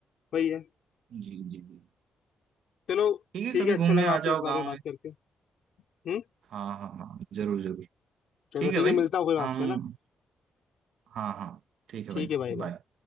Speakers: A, on the left (about 75°); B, on the right (about 80°).
A: वही है
B: जी जी जी
A: चलो
B: ठीक है
A: ठीक
B: कभी
A: है
B: घूमने
A: अच्छा लगा
B: आ
A: आपसे
B: जाओ
A: इस बारे
B: गांव
A: में बात
B: में
A: करके हम्म
B: हाँ हाँ हाँ जरूर जरूर
A: चलो
B: ठीक है
A: ठीक
B: भाई
A: है मिलता हूँ फिर आपसे
B: हम
A: है ना
B: हाँ हाँ ठीक
A: ठीक
B: है भाई
A: है भाई
B: बाय
A: बाय